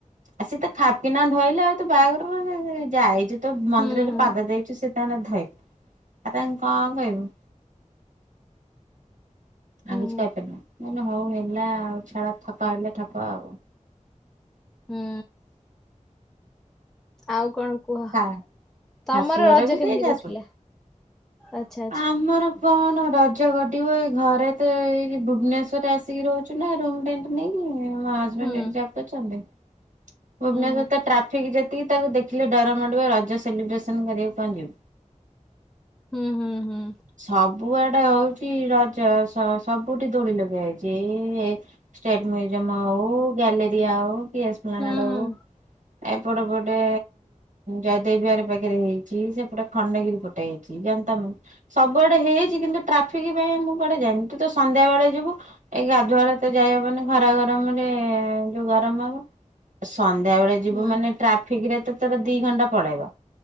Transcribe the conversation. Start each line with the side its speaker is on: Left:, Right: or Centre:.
Right: ଆଉ ସେ ତ ଖାପକିନା ଧଇଲେ। ଆଉ ତ ବାହାଘର ର ଯାଇଛୁ ତ ମନ୍ଦିରରେ
Centre: ହୁଁ ହୁଁ
Right: ପାଦ ଦେଇଛୁ ସେ। ତା ଧଇ ଆଉ ତାଙ୍କୁ କଅଣ କଇବୁ। ଆଉ
Centre: ହୁଁ
Right: କିଛି କଇପାରିବୁନି। ମୁଁ କଇଲି ହୋଉ ହେଲା ଆଉ ଛାଡ ଠକ ହେଲେ ଠକ ଆଉ।
Centre: ହୁଁ। ଆଉ କଣ କୁହ?
Right: ହା ଶାଶୂଘର
Centre: ତମର ରଜ
Right: ବି
Centre: କେମିତି
Right: ସେ ଯାଜ
Centre: କଟିଲା? ଆଚ୍ଛା ଆଚ୍ଛା
Right: ଆମର କଣ ରଜ ଘଟିବ ଏ ଘରେ ତ ଏଇ ଭୁବନେଶ୍ଵରରେ ଆସିକି ରହୁଛୁ ନା। <unintelligible> ନେଇକି ମୋ ହଜବେଣ୍ଟ
Centre: ହୁଁ
Right: <unintelligible> ଭୁବେନଶ୍ୱର
Centre: ହୁଁ
Right: ତ ଟ୍ରାଫିକ ଯେ, ଟିକେ ତାକୁ ଦେଖିଲେ ଡର ମଡ଼ିବ ରଜ ସେଲିବ୍ରେସନ କରିବାକୁ ପହଞ୍ଚିବ।
Centre: ହୁଁ ହୁଁ ହୁଁ।
Right: ସବୁଆଡେ ହଉଛି ରଜ ସବୁଠି ଦୋଳି ଲଗେଇ ଏଇ ଷ୍ଟେଟ ମ୍ୟୁଜିୟମ ଆଉ ଗ୍ୟାଲରି ଆଉ ଏକ୍ସମ୍ୟାଟ
Centre: ହୁଁ ହୁଁ
Right: ହୋଉ। ଏପଟେ ପଟେ ଜୟଦେବ ବିହାର ପାଖରେ ହେଇଛି ସେପଟେ ଖଣ୍ଡଗିରି ପଟେ ହେଇଛି। ଜନ୍ତା ମାନ ସବୁଆଡେ ହେଇଛି କିନ୍ତୁ ଟ୍ରାଫିକ ପାଇଁ ମୁଁ କୁଡେ ଯାଇନି ତୁ ତ ସନ୍ଧ୍ୟା ବେଳେ ଯିବୁ। ଏଇ ଗାଧୁଆଡ ତ ଯାଇହବନି ଖରା ଗରମରେ ଯୋଉଁ ଗରମ ହବ। ସନ୍ଧ୍ୟା ବେଳେ ଯିବୁ
Centre: ହୁଁ
Right: ମାନେ ଟ୍ରାଫିକ ରେ ତ ତୋର ଦି ଘଣ୍ଟା ପଳେଇବ।